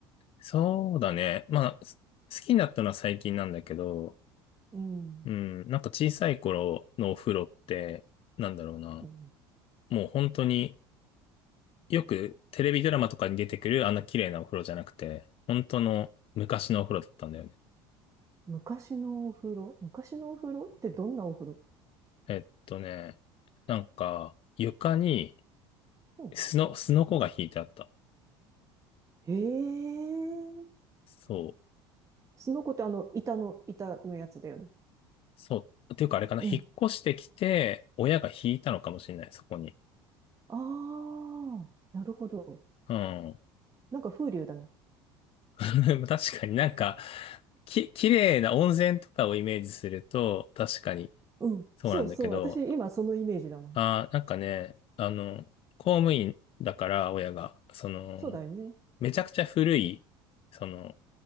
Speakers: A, on the left; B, on the right.
A: そうだね。まあ、す好きになったのは最近なんだけど、
B: うん。
A: うん、なんか小さい頃のお風呂って、なんだろうな。
B: うん
A: もう本当によくテレビドラマとかに出てくるあんな綺麗なお風呂じゃなくて、本当の昔のお風呂だったんだよね。
B: 昔のお風呂昔のお風呂ってどんなお風呂
A: えっとね、なんか床に
B: うん。
A: すの、すのこが引いてあった。
B: へえ。
A: そう、
B: その子ってあの、板の、板のやつだよね。
A: そう。っていうかあれかな、
B: うん。
A: 引っ越してきて、親が引いたのかもしれない、そこに。
B: ああ、なるほど。
A: うん。
B: なんか風流だね。
A: <laughs> 確かになんか、き、綺麗な温泉とかをイメージすると、確かに
B: うん。
A: そうなんだけど、
B: そうそう。私、今そのイメージだもん。
A: あー、なんかね、あの、公務員だから、親が、その、
B: そうだよね。
A: めちゃくちゃ古い、その、